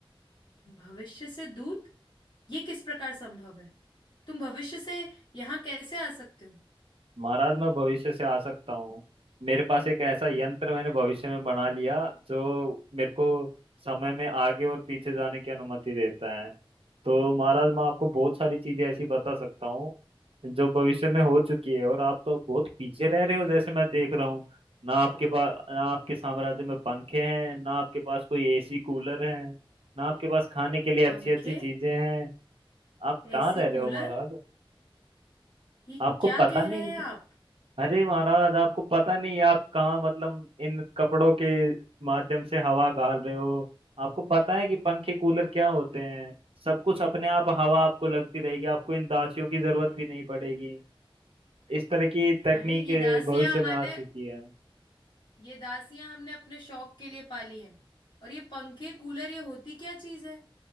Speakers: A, on the left; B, on the right.
A: भविष्य से दूत ये किस प्रकार संभव है तुम भविष्य से यहाँ कैसे आ सकते हो
B: महाराज मैं भविष्य से आ सकता हूँ मेरे पास एक ऐसा यंत्र मैंने भविष्य में बना लिया जो मेरे को समय में आगे और पीछे जाने की अनुमति देता है तो महाराज मैं आपको बहुत सारी चीजें ऐसी बता सकता हूँ जो भविष्य में हो चुकी है और आप तो बहुत पीछे रह रहे हो जैसे मैं देख रहा हूँ ना आपके पास ना आपके साम्राज्य में पंखे हैं ना आपके पास कोई एसी कूलर है ना आपके पास खाने के लिए अच्छी
A: पंखे
B: अच्छी चीजें हैं आप कहाँ
A: AC
B: रह रहे
A: cooler
B: हो महाराज
A: ये
B: आपको
A: क्या
B: पता
A: कह
B: नहीं
A: रहे हैं आप
B: अरे महाराज आपको पता नहीं आप कहाँ मतलब इन कपड़ों के माध्यम से हवा गाल रहे हो आपको पता है कि पंखे कूलर क्या होते हैं सब कुछ अपने आप हवा आपको लगती रहेगी आपको इन दासियों की जरूरत भी नहीं पड़ेगी इस तरह की तकनीक
A: अरे ये दासियां
B: भविष्य
A: हमारे
B: में आ चुकी है
A: ये दासियां हमने अपने शौक के लिए पाली है और ये पंखे कूलर ये होती क्या चीज है